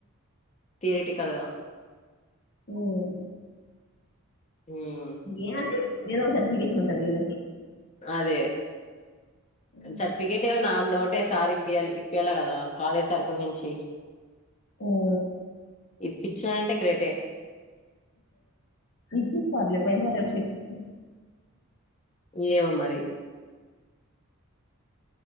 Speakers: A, on the left; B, on the left.
A: తీరిటికల్ గా
B: హ్మ్
A: ఉమ్
B: ఏంది ఏదో ఒక సర్టిఫికేషన్ ఉంటది ఇలాకి
A: అదే
B: ఉమ్,
A: సర్టిఫికేట్ ఏమో నాకు డౌటే సార్ ఇప్పయాలీ ఇప్పయాల కదా కాలేజ్ తరపుున నుంచి
B: ఉం
A: ఇపిచినాడ్ అంటే గ్రేట్ ఏ
B: ఇపిస్తార్ లే పైసలు కడితే ఇపిస్తార్
A: ఇంగ ఉన్నాయి